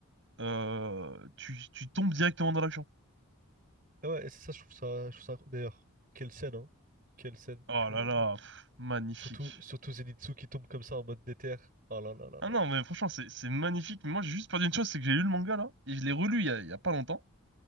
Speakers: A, on the right; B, on the right.
A: euh, tu, tu tombes directement dans l'action.
B: Ah ouais, et c'est ça, je trouve ça, je trouve ça. incro- D'ailleurs, quelle scène, hein? Quelle scène
A: Oh
B: purée.
A: là là, pff, magnifique.
B: Surtout, surtout Zenitsu qui tombe comme ça en mode déter. Ah là là là
A: Ah
B: là là.
A: non, mais franchement, c'est c'est magnifique. Mais moi, j'ai juste peur d'une chose, c'est que j'ai lu le manga là, et je l'ai relu il y a, il y a pas longtemps,